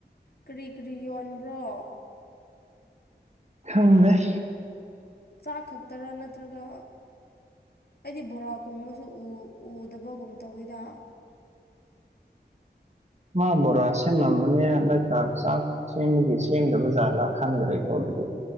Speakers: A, on the left (about 60°); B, on the right (about 40°).
A: ꯀ꯭ꯔꯤ ꯀ꯭ꯔꯤ ꯌꯣꯟꯕ꯭ꯔꯣ
B: <unintelligible>
A: ꯆꯥꯛ ꯈꯛꯇꯔꯥ ꯅꯠꯇ꯭ꯔꯒ ꯑꯩꯗꯤ ꯕꯣꯔꯥꯒꯨꯝꯕꯁꯨ ꯎ ꯎꯗꯕꯒꯨꯝ ꯇꯧꯋꯦꯗ
B: ꯃꯥ ꯕꯣꯔꯥ ꯁꯤꯡꯉꯝꯕꯅꯦ <unintelligible> <unintelligible> ꯆꯦꯡꯗꯒꯤ ꯁꯦꯝꯗꯕ ꯖꯥꯠꯂꯥ ꯈꯥꯪꯗ꯭ꯔꯦꯀꯣ ꯑꯗꯨꯗꯤ